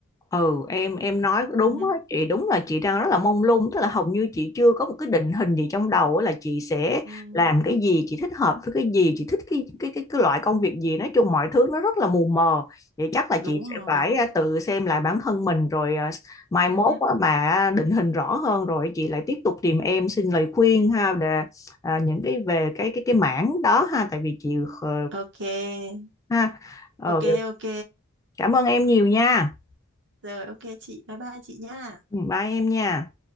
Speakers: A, on the left; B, on the right.
A: ừ em em nói đúng
B: Ừ,
A: á chị đúng là chị đang rất là mông lung tức là hầu như chị chưa có một cái định hình gì trong đầu á, là chị sẽ
B: ừ,
A: làm cái gì chị thích hợp với cái gì chị thích cái cái cái, cái loại công việc gì nói chung mọi thứ nó rất là mù mờ vậy chắc là
B: đúng
A: chị
B: rồi.
A: sẽ phải à, tự xem lại bản thân mình rồi à, mai
B: Ừ,
A: mốt á, mà à, định hình rõ hơn rồi chị lại tiếp tục tìm em xin lời khuyên ha để à, những cái về cái cái cái mảng đó ha tại vì chị ờ,
B: ok.
A: ha ờ,
B: Ok ok.
A: cảm ơn em nhiều nha
B: Rồi ok chị, bye bye chị nha.
A: Ừ, bye em nha